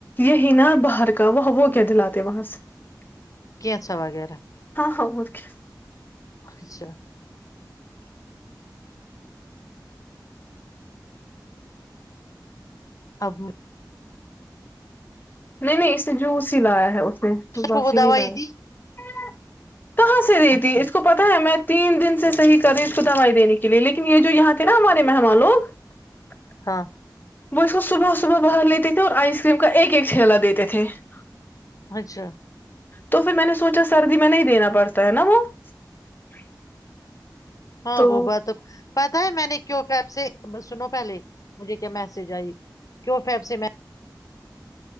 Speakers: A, on the left (about 25°); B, on the left (about 50°).
A: یہی نا باہر کا وہ وہ کیا دلاتے وہاں سے <unintelligible>
B: کیچا وغیرہ <unintelligible>
A: آ اک <inaudible>
B: اچھا <inaudible> اب <inaudible>
A: نہیں نہیں اس نے جوس ہی لایا ہے اس <unintelligible>
B: ڈاکٹر
A: بس
B: کو وہ
A: ہی نہیں
B: دوائی
A: ل ہے <inaudible> ہ
B: دی
A: <inaudible> کہاں سے دی
B: اچھا
A: تھی اس کو پتا ہے میں <unintelligible> تین دن سے صح کر رہے اس کو دوائی دینے کے لیے لیکن یہ جو یہاں تھے نا ہمارے مہمان لوگ <inaudible>
B: ہاں <inaudible>
A: وہ اس کو صبح صبح باہر لیتے تھے اور آئس کریم کا ایک ایک چھیلا دیتے تھے <unintelligible>
B: اچھا <unintelligible>
A: تو پھر میں نے سوچا سردی میں نہیں دینا پڑتا ہے نا وہ <unintelligible>
B: ہ <inaudible> ہاں
A: تو
B: وہ بات پتا ہے میں نے کیو فپ سے سنو پہلے مجھے کیا میسج آئی کیو فپ سے میں <unintelligible>